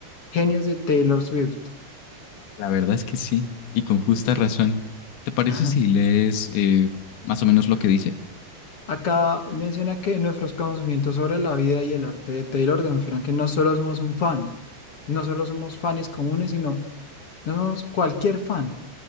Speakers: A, on the left; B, on the left.
A: genios de Taylor Swift.
B: La verdad es que sí, y con justa razón. ¿Te parece
A: <laughs>
B: si lees eh, más o menos lo que dice?
A: Acá menciona que nuestros conocimientos sobre la vida y el arte de Taylor demuestran que no solo somos un fan, no solo somos fans comunes, sino no somos cualquier fan,